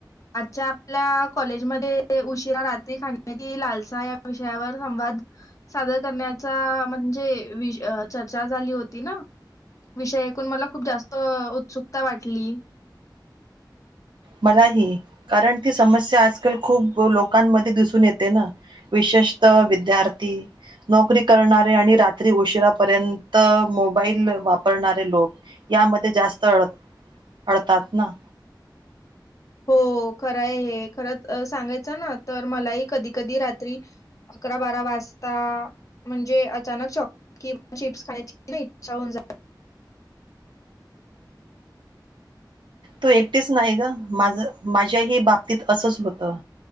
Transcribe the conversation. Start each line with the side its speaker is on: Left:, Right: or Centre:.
Left: आजच्या आपल्या कॉलेजमध्ये उशिरा रात्री खदी लालसा या विषयावर संवाद सादर करण्याचा म्हणजे वि चर्चा झाली होती ना. विषय ऐकून मला खूप जास्त उत्सुकता वाटली.
Right: मलाही कारण ती समस्या आजकाल खूप लोकांमध्ये दिसून येते ना विशेषत विद्यार्थी. नोकरी करणारे आणि रात्री उशिरापर्यंत मोबाईल वापरणारे लोक यामध्ये जास्त अड अडतात ना.
Left: हो खरंय आहे खरं सांगायचं ना तर मलाही कधी, कधी रात्री अकरा, बारा वाजता म्हणजे अचानक चॉकलेट किंवा चिप्स खायची इच्छा होऊन जाते.
Right: तू एकटीच नाही ग माझ माझ्याही बाबतीत असंच होतं.